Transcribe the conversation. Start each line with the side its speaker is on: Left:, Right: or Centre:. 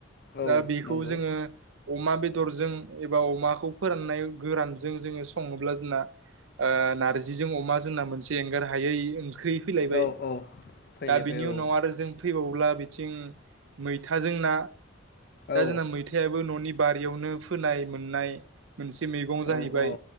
Left: औ
Right: दा बेखौ
Left: नंगौ
Right: जोङो अमा बेदरजों एबा अमाखौ फोराननाय गोरानजों जोङो सङोब्ला जोंना ओ नारजिजों अमा जोंना मोनसे एंगार हायै ओंख्रै फैलायबाय
Left: औ औ फैलायबाय
Right: दा बिनि
Left: औ
Right: उनाव आरो जों फैबावब्ला बिथिं मैथाजों ना दा
Left: औ
Right: जोंना मैथायाबो न'नि बारियावनो फोनाय मोननाय मोनसे मैगं जाहैबाय
Left: औ औ